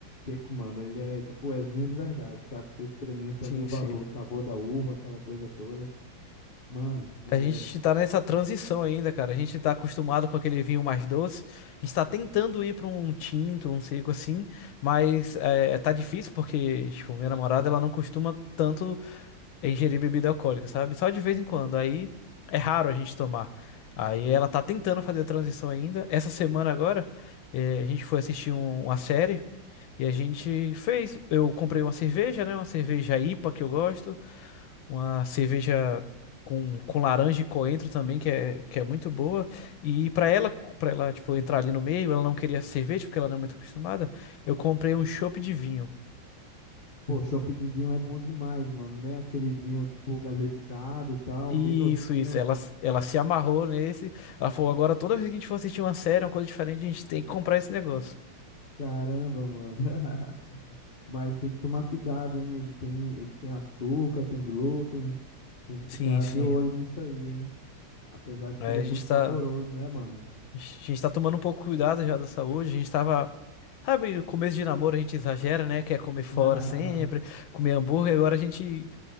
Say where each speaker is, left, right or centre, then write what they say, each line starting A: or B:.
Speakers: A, on the left; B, on the left.
A: seco, mano, ele é tipo, é vinho de verdade, sabe? Você experimenta
B: sim,
A: ali o, va-
B: sim.
A: o sabor da uva, aquela coisa toda. Mano, é,
B: A gente tá nessa transição ainda, cara. A gente tá acostumado com aquele vinho mais doce. A gente tá tentando ir pra um tinto, um seco assim, mas é, tá difícil porque, tipo, minha namorada, ela não costuma tanto ingerir bebida alcoólica, sabe? Só de vez em quando. Aí é raro a gente tomar. Aí ela tá tentando fazer a transição ainda. Essa semana agora, é, a gente foi assistir um- uma série. E a gente fez. Eu comprei uma cerveja, né? Uma cerveja IPA que eu gosto. Uma cerveja com, com laranja e coentro também, que é, que é muito boa. E para ela, para ela, tipo, entrar ali no meio, ela não queria cerveja, porque ela não é muito acostumada. Eu comprei um chopp de vinho.
A: pô, chopp de vinho é bom demais, mano, né? Aquele vinho tipo gaseificado e tal,
B: Isso,
A: bem docinho.
B: isso. Ela, s- ela se amarrou nesse. Ela falou: agora toda vez que a gente for assistir uma série, uma coisa diferente, a gente tem que comprar esse negócio.
A: Caramba, mano. <laughs> Mas tem que tomar cuidado, hein? Ele tem, ele tem açúcar, tem glúten. Tem que
B: Sim,
A: ficar
B: sim.
A: de olho nisso aí, hein? Apesar de
B: Aí
A: que ele é
B: a
A: muito
B: gente tá,
A: saboroso, né, mano?
B: a gente tá tomando um pouco cuidado já da saúde. A gente tava. Sabe, o começo de namoro a gente exagera, né? Quer comer fora
A: <laughs>
B: sempre, comer hambúrguer. Agora a gente